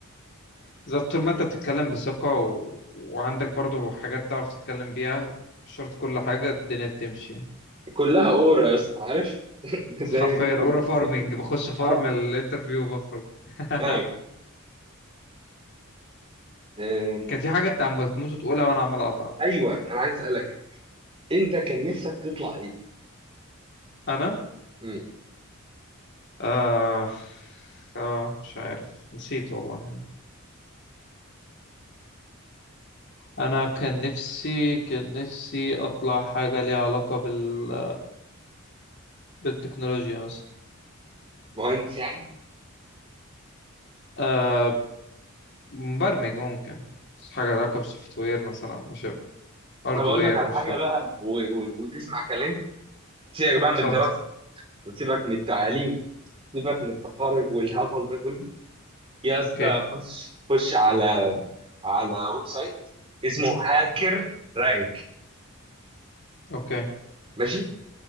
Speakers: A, on the left; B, on the right.
A: بالظبط طول ما انت بتتكلم بثقة و... وعندك برضو حاجات تعرف تتكلم بيها مش شرط كل حاجة الدنيا بتمشي يعني
B: كلها اورا يا اسطى عارف <laughs>
A: بس
B: زي
A: حرفيا
B: دكتور
A: اورا فارمنج
B: دكتور
A: بخش فارم
B: اه
A: الانترفيو وبخرج <laughs>
B: ايوه آم،
A: كان في حاجة انت عم بتموت وتقولها وانا عمال اقطعك
B: ايوه انا عايز اسالك انت كان نفسك تطلع ايه؟
A: انا
B: مم.
A: آه... اه مش عارف نسيت والله انا كان نفسي كان نفسي اطلع حاجة ليها علاقة بال... بالتكنولوجيا مثلا
B: مهندس يعني؟
A: آه... مبرمج ممكن بس حاجة لها علاقة بالسوفت وير مثلا أو مش هاردوير
B: طب اقول لك على حاجه
A: مش فارق
B: بقى و... و... وتسمع كلام سيبك بقى
A: اتفضل
B: من الدراسه وسيبك من التعليم سيبك من التخرج والهطل ده كله يا اسطى
A: اوكي
B: خش خش على على ويب سايت اسمه هاكر رانك
A: اوكي
B: ماشي